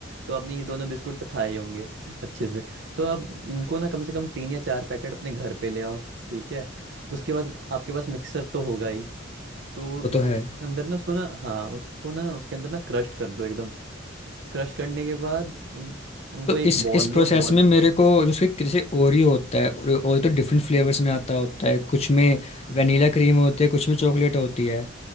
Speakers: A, on the right; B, on the left.
A: तो आपने ये दोनों बिस्कुट तो खाए ही होंगे अच्छे से तो आप इनको ना कम से कम तीन या चार पैकेट अपने घर पे ले आओ ठीक है उसके बाद आपके पास मिक्सर तो होगा ही तो
B: वो तो
A: उसके
B: है
A: अंदर ना उसको ना हाँ उसको ना उसके अंदर ना क्रश कर दो एकदम क्रश करने के बाद उन, उनको
B: तो
A: एक
B: इस
A: बॉल
B: इस प्रोसेस
A: लो बॉल
B: में मेरे को जो उसके जैसे ओरियो होता है ओरियो तो डिफरेंट फ्लेवर्स
A: हम्म,
B: में आता होता है कुछ में
A: हाँ,
B: वनीला क्रीम होती है कुछ में चॉकलेट होती है